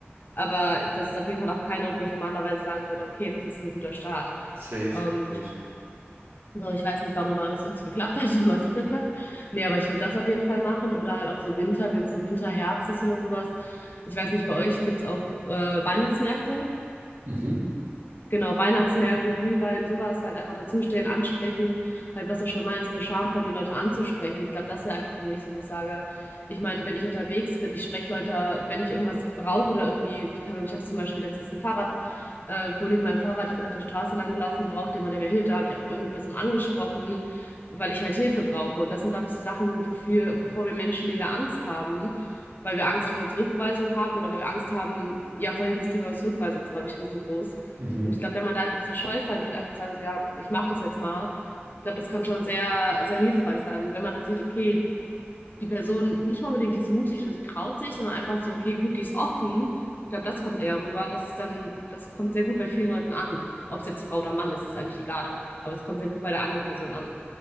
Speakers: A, on the left; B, on the right.
A: aber das ist auf jeden Fall auch kein Ort, wo ich normalerweise sagen würde, okay, das ist ein guter Start.
B: Safe.
A: Ähm,
B: Safe.
A: so, ich weiß nicht, warum es uns geklappt hat, <laughs> aber es hat geklappt. Nee, aber ich würde das auf jeden Fall machen. Oder halt auch so Winter, wenn es so Winter, Herbst ist oder sowas. Ich weiß nicht, bei euch gibt es auch äh, Weihnachtsmärkte?
B: Mhm.
A: Genau, Weihnachtsmärkte, Glühwein, sowas halt einfach dazustellen, ansprechen, halt was du schon meinst, diese Charme verlieren, Leute anzusprechen. Ich glaube, das wäre einfach für mich so, wo ich sage, ich meine, wenn ich unterwegs bin, ich spreche Leute, wenn ich irgendwas brauche oder irgendwie, keine Ahnung, ich hatte zum Beispiel letztens ein Fahrrad, äh, Problem mit Fahrrad, ich bin auf der Straße lang gelaufen, brauchte jemand, der mir hilft, da habe ich einfach irgendeine Person angesprochen, weil ich halt Hilfe brauche. Und das sind, glaube ich, so Sachen, wofür, wovor wir Menschen mega Angst haben. Weil wir Angst vor Zurückweisung haben oder weil wir Angst haben, ja, vor allem dieses Thema Zurückweisung ist, glaube ich, riesengroß
B: Mhm.
A: und ich glaube, wenn man da einfach diese Scheu verliert, einfach zu sagen, so ja, ich mache das jetzt mal, ich glaube, das kann schon sehr, sehr hilfreich sein, wenn man dann sieht, okay, die Person nicht mal unbedingt, die ist mutig oder sie traut sich, sondern einfach so, okay, gut, die ist offen. Ich glaube, das kommt eher rüber. Das ist dann, das kommt sehr gut bei vielen Leuten an. Ob es jetzt Frau oder Mann ist, ist eigentlich egal. Aber es kommt sehr gut bei der anderen Person an.